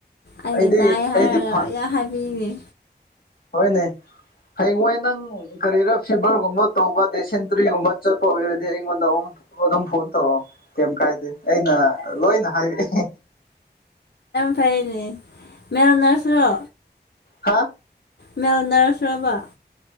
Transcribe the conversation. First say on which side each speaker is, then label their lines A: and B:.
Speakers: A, on the left; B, on the left.
A: ꯑꯩꯅ
B: ꯑꯩꯗꯤ
A: ꯅꯥꯏ
B: ꯑꯩꯗꯤ
A: ꯍꯥꯏꯔꯒ
B: ꯐ
A: ꯌꯥꯝ ꯍꯥꯏꯕꯤꯔꯤꯅꯦ
B: ꯍꯣꯏꯅꯦ ꯍꯌꯦꯡꯣꯏ ꯅꯪ ꯀꯔꯤꯔ ꯐꯤꯚꯔꯒꯨꯝꯕ ꯇꯧꯕ ꯗꯦꯁꯦꯟꯇ꯭ꯔꯤꯒꯨꯝꯕ ꯆꯠꯄ ꯑꯣꯏꯔ ꯌꯦꯣꯟ ꯐꯣꯟ ꯀꯩ ꯀꯥꯏꯗꯦ ꯑꯩꯅ ꯂꯣꯏꯅ ꯍꯥꯏꯔꯏ
A: ꯐꯅꯦ ꯃꯌꯥꯝꯅꯁꯨ꯭ꯔꯣ
B: ꯍꯥꯥ
A: ꯃꯦꯜꯅꯔꯈ꯭ꯔꯕ